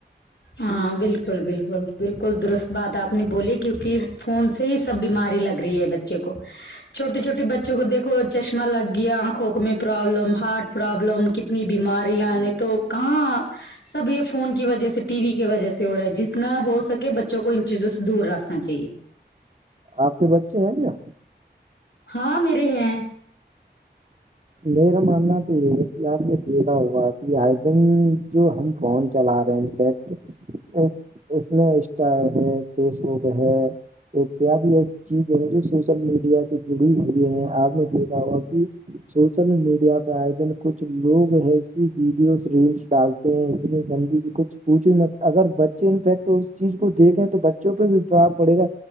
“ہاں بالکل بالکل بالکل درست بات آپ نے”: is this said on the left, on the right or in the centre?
Left